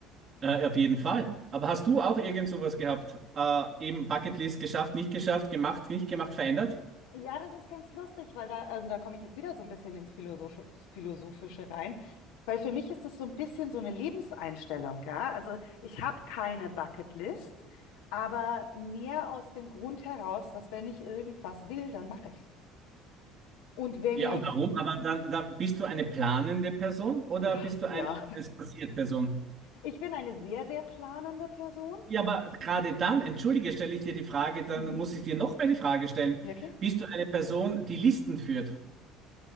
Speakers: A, on the right; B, on the left.
A: Äh, auf jeden Fall. Aber hast du auch irgend sowas gehabt? Äh, eben Bucketlist geschafft, nicht geschafft, gemacht, nicht gemacht, verändert?
B: Ja, das ist ganz lustig, weil da, ähm, da komme ich jetzt wieder so ein bisschen ins Philosophische, Philosophische rein, weil für mich ist das so ein bisschen so eine Lebenseinstellung, ja. Also ich habe keine Bucketlist, aber mehr aus dem Grund heraus, dass wenn ich irgendwas will, dann mache ich es. Und wenn
A: Ja,
B: ich
A: und warum? Aber dann, dann bist du eine planende Person oder
B: Ja,
A: bist du
B: ja.
A: eine es passiert Person?
B: Ich bin eine sehr, sehr planende Person.
A: Ja, aber gerade dann, entschuldige, stelle ich dir die Frage, dann
B: Mhm.
A: muss ich dir noch mehr die Frage stellen.
B: Ja, klar.
A: Bist du eine Person, die Listen führt?